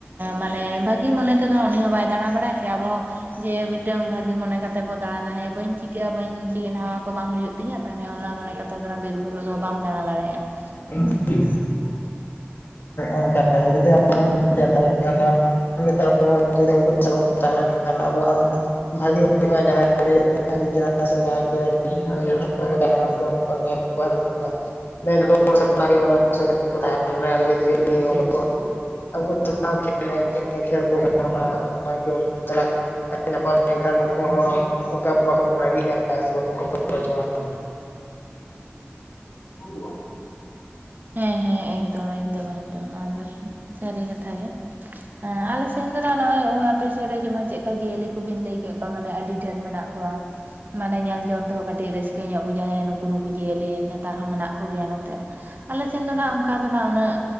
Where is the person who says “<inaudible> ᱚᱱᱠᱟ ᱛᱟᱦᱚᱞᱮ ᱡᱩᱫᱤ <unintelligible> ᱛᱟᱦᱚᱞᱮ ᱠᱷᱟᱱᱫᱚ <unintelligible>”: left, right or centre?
Left